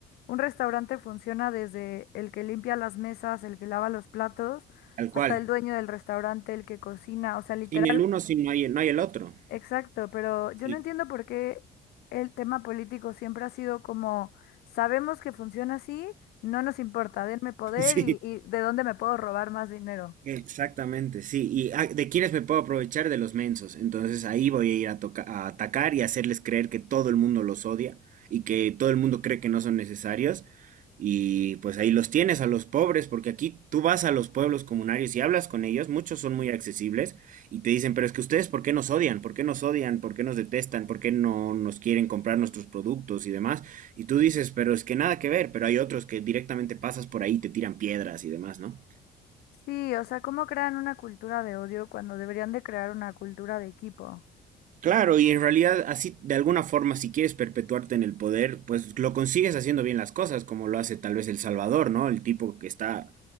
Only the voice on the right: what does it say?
tal
cual.
Sin el uno, sin no hay, no hay el otro.
Sí,
<laughs> sí,
Exactamente, sí. ¿Y ah, de quiénes me puedo aprovechar? De los mensos. Entonces ahí voy a ir a, toca- a atacar y hacerles creer que todo el mundo los odia y que todo el mundo cree que no son necesarios. Y pues ahí los tienes a los pobres, porque aquí tú vas a los pueblos comunarios y hablas con ellos, muchos son muy accesibles y te dicen, pero es que ustedes, ¿por qué nos odian? ¿Por qué nos odian? ¿Por qué nos detestan? ¿Por qué no nos quieren comprar nuestros productos y demás? Y tú dices, pero es que nada que ver, pero hay otros que directamente pasas por ahí, y te tiran piedras y demás, ¿no?
Claro, y en realidad así, de alguna forma, si quieres perpetuarte en el poder, pues lo consigues haciendo bien las cosas, como lo hace tal vez El Salvador, ¿no? El tipo que está